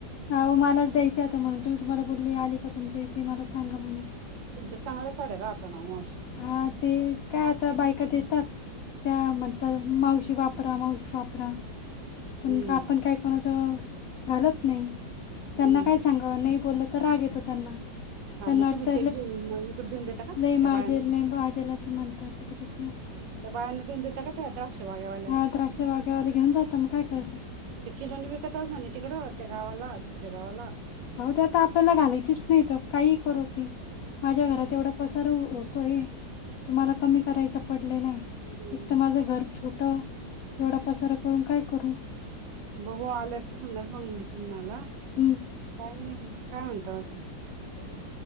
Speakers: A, on the left; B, on the right.
A: उ मलाच द्यायच होत म्हणून तुम्ही तुम्हाला बोलली आली का तुमच्या इथे मला सांगा म्हणून
B: तुमच्या चांगल्या साड्या राहताना ना
A: हा ते काय आता बायका देतात त्या म्हर मावशी शी वापरा मावशी वापरा पण
B: हम्म
A: आपण काय कोणाच घालत नाही त्यांना
B: हम्म
A: काय सांगावं नाही बोललं तर राग येतो त्यांना
B: हा
A: तरनाट
B: मग तुम्ही ते घेऊन मग इकडे देऊन देता का त्या
A: लई माजल
B: बायांना
A: आजल असे म्हणतात त्यापेक्षा
B: त्या बायांना देऊन देता का त्या द्राक्ष बागेवाल्यांना
A: हा द्राक्ष बाघेवाला घेऊन जात मग काय करायचं?
B: ते किलोणी विकतात म्हणे तिकडं त्या गावाला दुसऱ्या गावाला
A: जाऊ आता आपल्याला घालायचीच नाही तर काही करूती माझ्या
B: हम्म.
A: घरात एवढा पसार होत तुम्हाला कमी करायच पडले नाही एक
B: हम्म.
A: तर माझं घर छोट एवढा पसारा करून काय करून
B: बघू आलं तर सांगाल मग मी तुम्हाला
A: हं.
B: काही नाही म्हण काय म्हणत म